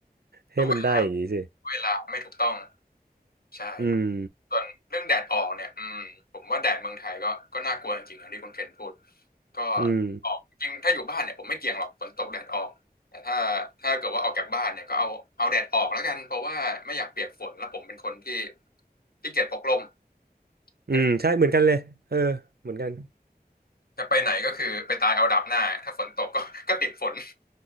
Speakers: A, on the right; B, on the left.
A: ให้มันได้อย่างนี้สิ
B: รู้เวลาเวลาไม่ถูกต้องใช่ครับ
A: อืม
B: ส่วนเรื่องแดดออกเนี่ยอืมผมว่าแดดเมืองไทยก็ก็น่ากลัวจริงๆนะที่คุณเคนพูดก็
A: อืม
B: ออกจริงถ้าอยู่บ้านเนี่ยผมไม่เกี่ยงหรอกฝนตกแดดออกแต่ถ้าถ้าเกิดว่าออกจากบ้านเนี่ยก็เอาเอาแดดออกแล้วกันเพราะว่าไม่อยากเปียกฝนแล้วผมเป็นคนที่ที่เกียจพกร่ม
A: อืมใช่เหมือนกันเลยเออเหมือนกัน
B: เป็นจะไปไหนก็คือไปตายเอาดับหน้าถ้าฝนตกก็ก็ติดฝน